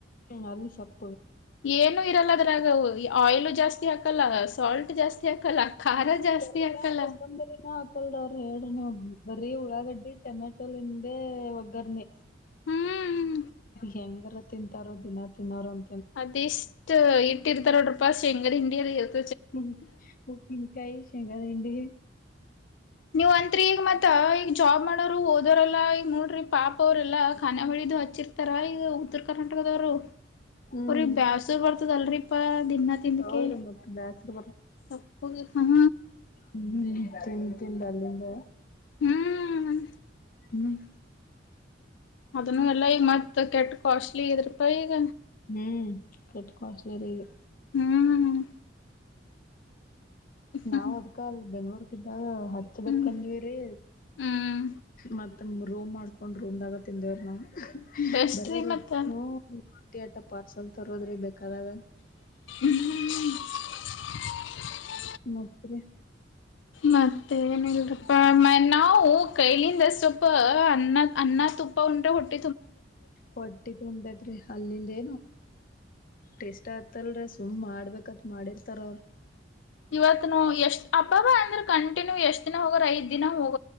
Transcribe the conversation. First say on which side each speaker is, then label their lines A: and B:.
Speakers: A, on the left (about 50°); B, on the left (about 70°).
A: ಮಾವಿನ ಸ್ವಲ್ಪ್
B: ಏನುೂ ಇರಲ್ಲ ಅದ್ರಾಗ ಆಯಿಲ್ ಜಾಸ್ತಿ ಹಾಕ್ ಹಾಕಲ್ಲ ಸಾಲ್ಟ್ ಜಾಸ್ತಿ ಹಾಕಲ್ಲ ಖಾರ ಜಾಸ್ತಿ
A: ಕರಿಬೇವು
B: ಹಾಕಲ್ಲ
A: ಕೊತ್ತಂಬಂಬರಿನ ಹಾಕಲ್ರ ಅವ್ರ ಹೇಳ್ರಿ ನೀ ಬರೀ ಉಳ್ಳಾಗಡ್ಡಿ ಟೊಮೆ ಮ ಹಿಂದೆ ಒಗ್ಗರ್ನಿ
B: ಹ್ಮ್
A: ಹೆಂಗಾರ ತಿಂತಾರೋ ದಿನ ತಿನ್ನೋಾರ ಅಂ
B: ಅದಿಷ್ಟ ಇಟ್ಟಿರ್ತಾರ ನೋಡ್ರ ಪಾ ಶೇಂಗಾದ ಹಿಂಡ್ಡಿ ಇದ್ ಇದ್
A: ಹ್ಮ ಉಪ್ಪಿಕಾಯಿ ಶೇಂಗಾ ಅದೇಿ ಹಿಂಡಿ
B: ನೀವ್ ಅಂತ್ರಿ ಈಗ ಮತ್ತ ಈಗ ಜಾಬ್ ಮಾಡೋರು ಓದೋರೆಲ್ಲಾ ಈಗ ನೋಡ್ರಿ ಪಾಪ ಅವ್ರಲ್ಲಾ ಖಾನ ಬಳಿದು ಹಚ್ಚಿರ್ತಾರ ಈಗ ಉತ್ತರ ಕರ್ನಾಟಕದವರು
A: ಹ್ಮ್
B: ಅವ್ರ ಬ್ಯಾಸ ಬರ್ತದಲ್ರಿಪಾ ದಿನಾ ತಿಂದಕ
A: ಹೌದ್ರಿ ಮತ್ ಬ್ಯಾಸರ
B: ಸಪ್ಪಗ್ ಹ
A: ಹ್ಮ್್ಮ್ ತಿನ್ ತಿಿಂದ ಅಲ್ಲಿಂದ
B: ಹ್ಮ್
A: ಹುಮ್ಮ್
B: ಅದನ್ನು ಎಲ್ಲ ಈ ಮತ್ ಕೆಟ್ ಕಾಸ್ಟ್ಲಿ ಇದ್ರಾಪ ಈಗ
A: ಹ್ಮ್ ಕೆಟ್ಟ ಕಸ್ಟ್ಲಿ ರೀದು
B: ಹ್ಮ್ ಹ್ಮ್
A: ನಾವ್ ಅದ್ಕಲ್ ಬೆಂಗ್ಳೂರ್ಗ್ದಾಗ ಹತ್ಬೇಕಕ್ಂದ್ವಿ
B: ಹ್ಮ್
A: ರೀ
B: ಹ್ಮ್
A: ಮತ್ತ ರೋಮ್ ಮಾಡ್ಕೊ ಒಂದು ರೂಮ್ದಾಗ ತಿಂದವ್ರ ನಾವು
B: ಬೆಸ್ಟ್
A: ಬರೆ
B: ರೀ
A: ರೋಡ್
B: ಮತ್ತ
A: ಅಟ್ಟಿ ಆಟ ಪಾರ್ಸಲ್ ತರೋದ್ರೆ ಬೇಕಾದಾಗ
B: <inaudible>
A: ಮತ್ರಿ
B: ಮತ್ತೆ ಏನಲ್ರಪ್ಪಾ ಮ ನಾವು ಕೈಲಿಂದ ಸ್ವಲ್ಪ ಅನ್ನ ಅನ್ನ ತುಪ್ಪ ಉಂಟ್ರೆ ಹೊಟ್ಟ
A: ಹೊಟ್ಟಿ ತುಂಬಿತ್ರಿ ಅಲ್ಲಿಂದೆ ಟೇಸ್ಟಾ <unintelligible> ತುಂಬ್ ಮಾಡ್ಬೇಕತ್ ಮಾಡಿರ್ ತರ
B: ಇವತ್ನು ಎಷ್ಟ್ ಅಬ್ಬಬ್ಬ ಅಂದ್ರೆ ಕಣ್- ನೀವು ಎಷ್ಟ ದಿನ ಹೋಗರು ಐದು ದಿನ ಹೋಗ್